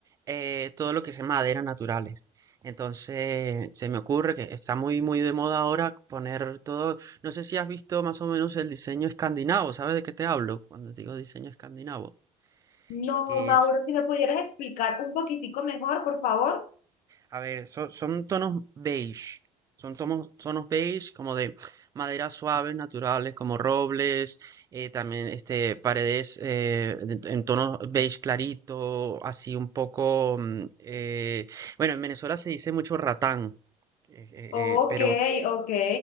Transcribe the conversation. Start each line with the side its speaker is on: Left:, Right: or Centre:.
Right: eh, todo lo que es maderas naturales. Entonces, se me ocurre que está muy, muy de moda ahora poner todo. No sé si has visto más o menos el diseño escandinavo, ¿sabes de qué te hablo? Cuando digo diseño escandinavo,
Left: No,
Right: que
Left: Mauro,
Right: es
Left: si me pudieras explicar un poquitico mejor, por favor.
Right: A ver, son, son tonos beige. Son tonos, tonos beige como de maderas suaves, naturales, como robles, eh, también este, paredes eh, de- en tonos beige clarito, así un poco... mm, eh, bueno, en Venezuela se dice mucho ratán, eh, eh,
Left: Ok,
Right: eh, pero
Left: ok.